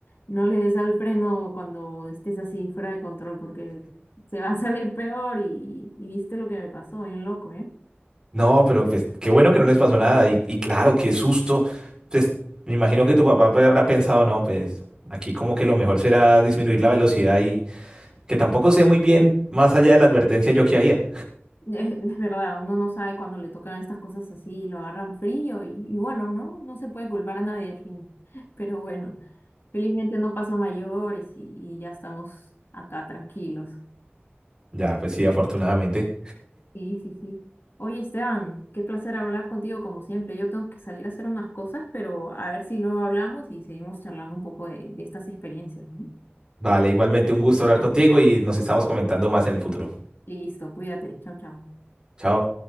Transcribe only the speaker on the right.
no, pero pues qué bueno que no les pasó nada. Y, y claro, qué susto. Pues me imagino que tu papá pues, habrá pensado, no, pues aquí como que lo mejor será disminuir la velocidad que tampoco sé muy bien, más allá de la advertencia, yo qué haría.
Ya, pues sí, afortunadamente.
Vale, igualmente un gusto hablar contigo y nos estamos comentando más en el futuro.
Chao.